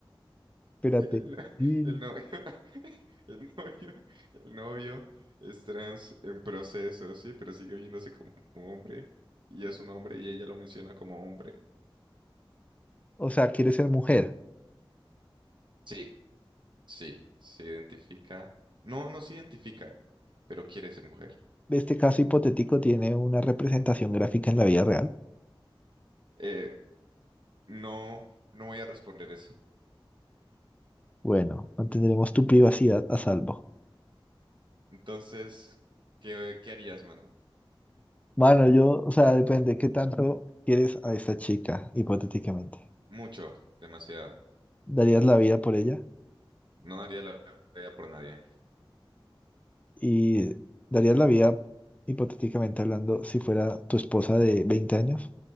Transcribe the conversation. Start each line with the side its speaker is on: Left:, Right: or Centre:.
Left: Espérate.
Right: El, no-
Left: Sí.
Right: el novio, <laughs> el novio, el novio es trans en proceso, sí, pero sigue viéndose como hombre. Y es un hombre y ella lo menciona como hombre.
Left: O sea, quiere ser mujer.
Right: sí Sí, se identifica. No, no se identifica, pero quiere ser mujer.
Left: Este caso hipotético tiene una representación gráfica en la vida real.
Right: Eh, no, no voy a responder eso.
Left: Bueno, mantendremos tu privacidad a salvo.
Right: Entonces, ¿qué, qué harías, mano?
Left: Mano, yo, o sea, depende qué tanto quieres a esta chica, hipotéticamente.
Right: Mucho, demasiado.
Left: ¿Darías la vida por ella?
Right: No daría la vida por nadie.
Left: ¿Y darías la vida, hipotéticamente hablando, si fuera tu esposa de 20 años?